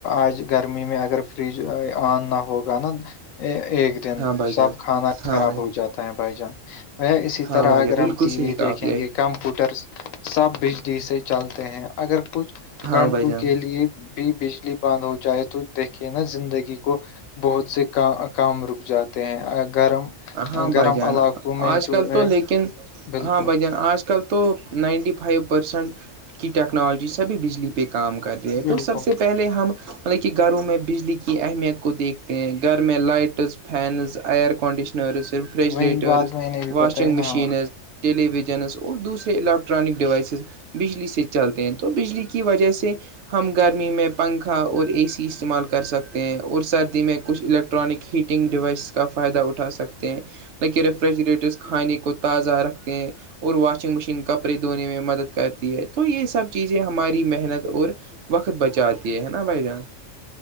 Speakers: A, on the left (about 85°); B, on the right (about 65°).
A: آج گرمی میں اگر فرج آن نہ ہوگا نا ایک دن
B: ہاں بھائی
A: سب
B: جان
A: کھانا
B: ہاں
A: خراب
B: بھائی
A: ہو جاتا بھائی جان وہ اسی
B: ہاں
A: طرح
B: بھائی
A: اگر
B: جان
A: ہم
B: بالکل
A: ٹی
B: صحیح
A: وی
B: کہا
A: دیکھیں
B: آپ نے
A: گے کمپیوٹر سب بجلی سے چلتے ہیں اگر کچھ
B: ہاں
A: گھنٹوں
B: بھائی جان
A: کے لیے بھی بجلی بند ہو جائے تو دیکھیے نا زندگی کو بہت سے کا کام رک جاتے ہیں گرم
B: ہاں
A: گرم
B: بھائی جان
A: علاقوں میں
B: آج
A: جو
B: کل تو
A: ہے
B: لیکن
A: بالکل
B: ہاں بھائی جان آج کل آج کل تو نائنٹی فائیو پرسینٹ کی ٹیکنالوجی س بھی بجلی پہ کام کر ہے یہ
A: بالکل
B: تو سب سے پہلے ہم مطلب کہ گھروں میں بجلی کی اہمیت کو دیکھتے ہیں گھر میں لائٹس فینز ایئر کنڈیشن وشنرز ریفریجریٹرز
A: وہی بات میں نے بھی
B: واشنگ
A: بتائی
B: مشینز
A: نا ہاں
B: ٹیلی ویژنز اور دوسرے الیکٹرانک ڈیوائسز بجلی سے چلتے ہیں تو بجلی کی وجہ سے ہم گرمی میں پنکھا اور اے سی استعمال کر سکتے ہیں اور سردی میں کچھ الٹ الٹرانک ہیٹنگ ڈیوائس کا فائدہ اٹھا سک ہیں نہ کہ ریفریجریٹرس کھانے کو تازہ رکھتے ہیں اور واشنگ مشین کپڑے دھونے میں مدد کرتی ہے تو یہ سب چیزیں ہماری محنت اور وقت بچاتی ہے نا بھائی جان